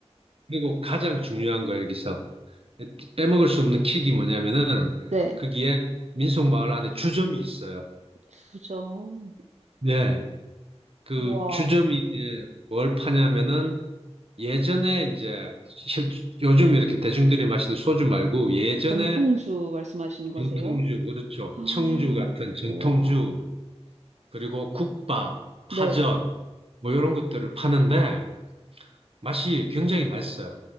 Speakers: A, on the right; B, on the right.
A: 그리고 가장 중요한 거 여기서 빼먹을 수 없는 킥이 뭐냐면은,
B: 네.
A: 거기에 민속마을 안에 주점이 있어요.
B: 주점.
A: 네. 그
B: 우와.
A: 주점이 이제 뭘 파냐면은 예전에 이제 요즘 이렇게 대중들이 마시는 소주 말고 예전에
B: 전통주 말씀하시는 거세요?
A: 전통주, 그렇죠.
B: <gasps> 아.
A: 청주 같은 전통주,
B: 우와.
A: 그리고 국밥, 파전,
B: 네.
A: 뭐 이런 것들을 파는데 맛이 굉장히 맛있어요.